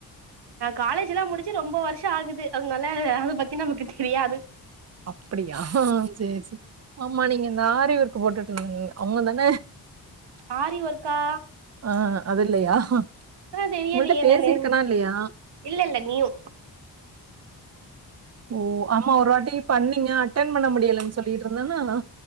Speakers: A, on the right; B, on the right.
A: நா காலேஜெல்லா முடிச்சி ரொம்ப வருஷ ஆகுது அதுனால அத பத்தி நமக்கு டெரியாது
B: அப்டியா சேரி சேர் ஆமா நீங்க ந்த ஆரி ஒர்க் போட்டுட்ருந்திங்க அவுங்க தான
A: ஆரி ஒர்க்கா
B: அ அதில்லையா ஒங்கள்ட்ட
A: ஆ தெரியலையே
B: பேசிருக்கனா
A: நானு
B: இல்லயா
A: இல்ல இல்ல நியூ
B: ஓ ஆமா ஒரு வாட்டி பண்ணீங்க அட்டன் பண்ண முடியலன் சொல்லிட்ருந்தன்னா னா